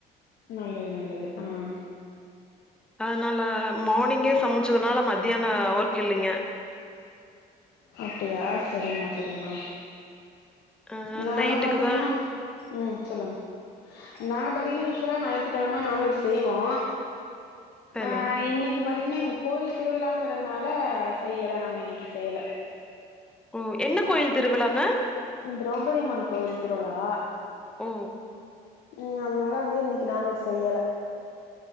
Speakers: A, on the left; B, in the centre.
A: நல்லது நல்லது ஆ
B: அதனால மார்னிங்கே சமைச்சதுனால மதியான ஒர்க் இல்லைங்க
A: அப்டியா சரிம்மா, சரிம்மா
B: ஆ
A: நாங்க
B: நைட்டுக்கு
A: பாத்தீங்கன்னா,
B: தா
A: ம், சொல்லுங்க நாங்க பாத்தீங்ன்னா யுஷ்வலா ஞாயித்துகெழம நான்வெஜ் செய்வோ
B: சரிங்.
A: ஆ, இன்னைக்கு பாத்தீங்கனா கோயில் திருவிழாங்கறதுனால செய்யல நாங்க இன்னைக்கி செய்யல
B: ஓ, என்ன கோயில் திருவிழாங்க?
A: திரௌபதியம்மன் கோவில் திருவிழா
B: ஓ
A: ம், அதனால வந்து இன்னைக்கு நான்வெஜ் செய்யல